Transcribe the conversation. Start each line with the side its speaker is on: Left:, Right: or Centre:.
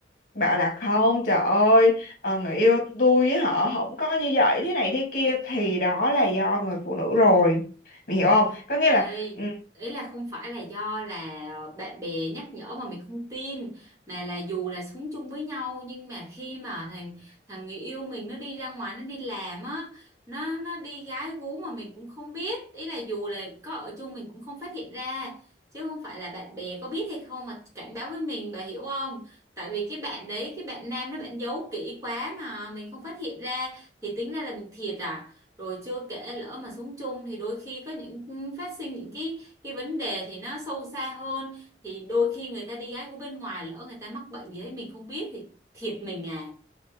Left: bảo là không trời ơi Ờ, người yêu tôi với họ không có như vậy thế này thế kia thì đó là do người phụ nữ rồi mình hiểu không có nghĩa
Right: đây
Left: là ừ,
Right: ý là không phải là do là bạn bè nhắc nhở mà mình không tin mà là dù là sống chung với nhau nhưng mà khi mà thằng thằng người yêu mình nó đi ra ngoài nó đi làm á nó nó đi gái gú mà mình cũng không biết ý là dù là có ở chung mình cũng không phát hiện ra chứ không phải là bạn bè có biết hay không mà cảnh báo với mình bà hiểu không tại vì cái bạn đấy cái bạn nam đó bạn giấu kỹ quá mà mình không phát hiện ra thì tính ra là mình thiệt à rồi chưa kể lỡ mà sống chung thì đôi khi có những phát sinh những cái cái vấn đề thì nó sâu xa hơn thì đôi khi người ta đi gái của bên ngoài lỡ người ta mắc bệnh gì đấy mình không biết thì thiệt mình à